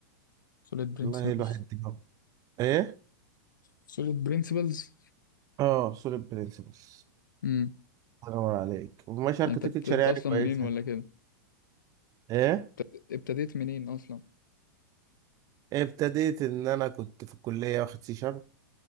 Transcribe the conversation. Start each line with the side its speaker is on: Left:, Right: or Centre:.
Left: solid principles
Right: والله الواحد دماغه. ايه
Left: solid principles
Right: اه سوليد برنسبلز
Left: مم.
Right: انور عليك وماشي اركتكتشر
Left: يعني انت ابتديت
Right: يعني
Left: اصلا
Right: كويسه
Left: منين ولا كده
Right: ايه
Left: ابت- ابتديت منين اصلا
Right: ابتديت ان انا كنت في الكليه واخد سي شارب